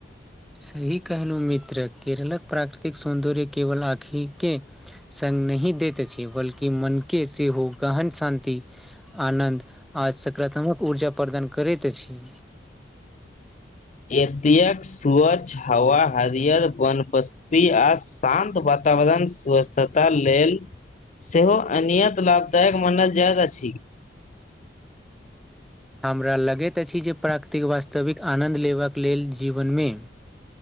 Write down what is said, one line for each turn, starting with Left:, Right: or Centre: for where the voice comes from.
Centre: सही कहलूँ मित्र केरलक प्राकृतिक सौन्दर्य केवल आँखििके सङ्ग नहिह दैत अछि बल्कि मनके सेहो गहन शान्ति आनन्द आज सकारात्मक ऊर्जा प्रदान करैत अछि
Left: एतेक स्वच्छ हवा हरियर वन आ शान्त वातावरण स्वस्थता लेल सेहो अनियत लाभदायक मानल जाइत अछि
Centre: हमरा लगैत अछि जे प्राकृतिक वास्तविक आनन्द लेबाक लेल जीवनमे